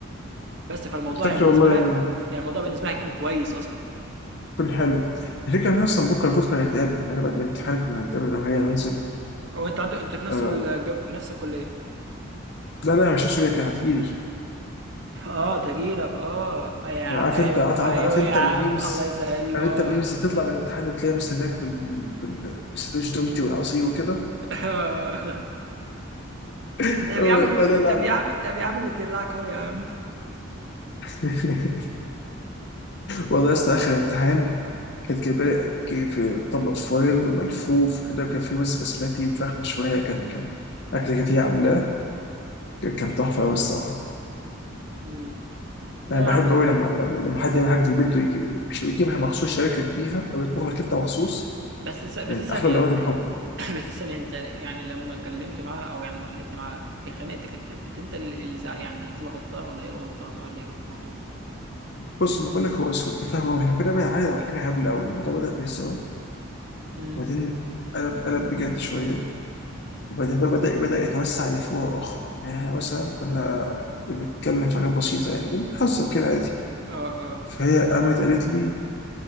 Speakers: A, on the right; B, on the left.
A: بس فالموضوع
B: فاكر
A: يعني بالنسبه
B: والله
A: لها يعني الموضوع بالنسبه لها هيكون كويس اصلا
B: كان حلو الفكرة إن أنا أصلا بكرة المفروض كنا نتقابل يعني أنا بعد الامتحان كنا نتقابل أنا وهي ننزل
A: هو انت عندك انت في نفس
B: آه.
A: الجم... في نفس الكليه
B: لا لا مش هسوي كانت هتجيلي
A: اه تجيلك اه يا
B: كان عارف
A: ايوه
B: أنت عارف
A: ايوه
B: عارف, عارف أنت
A: يا عم
B: الميمز
A: الله يسهل له،
B: عارف
A: اه
B: أنت الميمز اللي تطلع من الامتحان وتلاقيها مستناك بال... بال... بالسندوتش دومتي والعصير وكده
A: <laughs>
B: <laughs>
A: طب يا عم
B: ولا لا
A: طب يا عم طب يا عم بتدلعك اهو يا عم
B: <laughs> والله يا اسطى آخر امتحان كانت جايبة لي جايب طبق فويل وملفوف وكده وكان فيه وز بسمتي وفخمة شوية كان كان أكل كانت هي عاملاه كان كان تحفة أوي الصراحة
A: مم. لا
B: انا بحب
A: يا عم
B: قوي لما لما لما حد يعمل حاجه في البيت ويجي مش ويجيبها مخصوص شاركك بيها او يطبخ لك انت مخصوص
A: بس س- بس
B: من
A: ثانية
B: احلى لغات الحب
A: <coughs> <clears throat> بس ثانية انت يعني لما كلمت معاها او يعني لما خانقت معاها خانقت كنت كنت انت اللي اللي زع- يعني انت اللي غلطان ولا هي الغلطانة ولا ايه الموضوع؟
B: بص ما بقول لك هو سوء تفاهم واحنا كنا بنعاند على حاجه هبله قوي الموضوع بدا بهزار
A: مم.
B: وبعدين قلب قلب بجد شويه وبعدين بقى بدا بدا يتوسع لفروع اخرى يعني إحنا مثلا كنا بنتكلم في حاجات بسيطه يعني كنا بنهزر كده عادي
A: اه اه
B: فهي قامت قالت لي